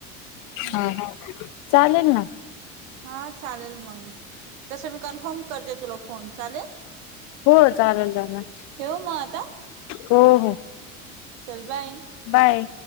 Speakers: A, on the right; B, on the left.
A: हम्म.
B: हां. हां. चालेल ना.
A: हां. चालेल मग. तसं मी कन्फर्म करते तुला फोन चालेल?
B: हो. चालेल चालेल.
A: ठेवू मग आता.
B: हो हो.
A: चल बाय.
B: बाय.